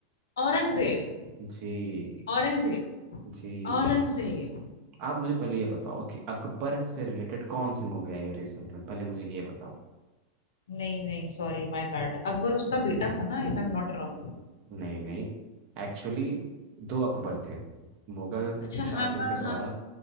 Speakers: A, on the left; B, on the right.
A: औरंगजेब
B: जी
A: औरंगजेब
B: जी
A: औरंगजेब
B: आप मुझे पहले ये बताओ कि अकबर से रिलेटेड कौन सी मूवी आई है रिसेंट में पहले मुझे ये बताओ
A: नहीं नहीं सॉरी माय बैड अकबर उसका बेटा था ना if I am not wrong
B: नहीं नहीं एक्चुअली दो अकबर थे मुगल
A: अच्छा
B: शासन
A: हाँ हाँ
B: के द्वारा
A: हाँ